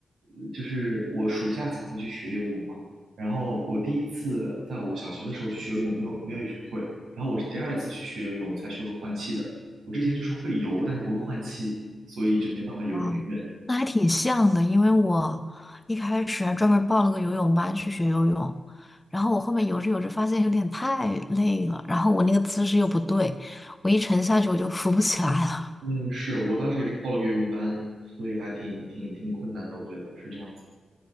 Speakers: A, on the right (about 80°); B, on the left (about 20°).
A: 呃就是我暑假才会去学游泳嘛。然后我第一次在我小学的时候去学游泳，没有没有学会，然后我是第二次去学游泳才学会换气的。我之前就是会游，但是不会换气，所以就没办法游得很远。
B: 哦，那还挺像的，因为我一开始还专门报了个游泳班去学游泳，然后我后面游着游着发现有点太累了，然后我那个姿势又不对，我一沉下去我就浮不起来了。
A: 嗯，是我当时也是报了个游泳班，所以还挺挺挺困难的，我觉得是这样子的。